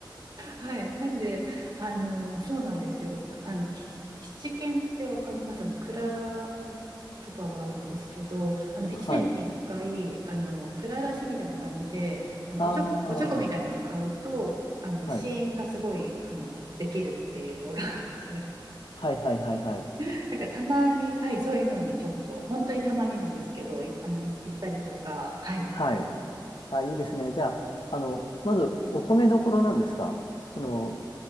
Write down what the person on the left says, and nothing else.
はい。
ああ、
は
い。
はいはいはいはい。
はい。あ、いいですね。じゃあ、あの、まず、お米どころなんですかその、